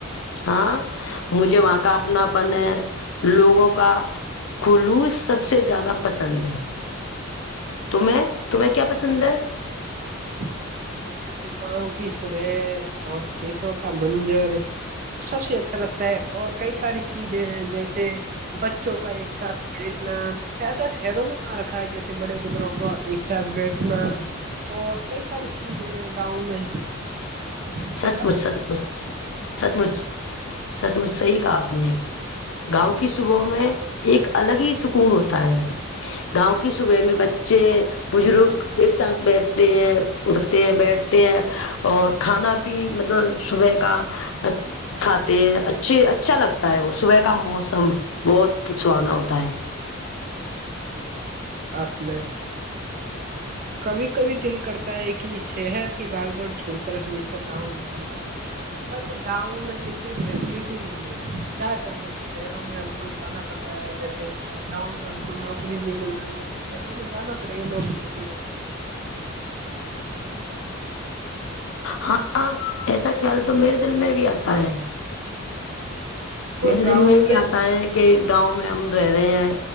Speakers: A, on the left (about 65°); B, on the right (about 40°).
A: ہاں مجھے وہاں کا اپنا پن ہے۔ لوگوں کا خلوص سب سے زیادہ۔۔۔ پسند ہے۔ تمہیں تمہیں کیا پسند۔۔۔ سندر ہے۔
B: ، مجھے تو گاؤں کی صبح اور کھیتوں کا منظر سب سے اچھا لگتا ہے اور کئی ساری چیزیں ہیں جیسے۔۔۔ بچوں کا ایک ساتھ کھیلنا۔۔ ایسا شہروں میں کا رکھا ہے جیسے بڑے بزرگوں کو ایک ساتھ بیٹھنا۔ اور کئی ساری چیزیں گاؤں میں صحیح
A: سچ
B: کہا
A: مچ سچ مچ سچ مچ سچ مچ صحیح کہا آپ نے گاؤں کی صبحوں میں ایک الگ ہی سکون ہوتا ہے گاؤں کی صبح میں بچے بزرگ ایک ساتھ بیٹھتے ہیں اٹھتے ہیں بیٹھتے ہیں اور کھانا بھی صبح کا کھاتے ہیں اچھے اچھا لگتا ہے وہ صبح کا موسم بہت سہانا ہوتا ہے
B: پلنے کبھی کبھی دل کرتا ہے کہ شہر کی باگدڑ چھوڑ کر ہمیشہ گاؤں میں ہی رہا تھا بٹ گاؤں میں اتنی فلٹی نہیں ہے کیا کرے شہروں میں ہم کو جانا پڑ رہا ہے جیسے گاؤں میں ہم کو نوکری نہیں مل رہی ہے تو شہروں میں جانا پڑے گا لوگ جی
A: ہاں ہاں ایسا خیال تو میرے دل میں بھی آتا ہے میرے
B: اور
A: دل
B: گاؤں
A: میں بھی آتا ہے کہ گاؤں میں ہم رہ رہے ہیں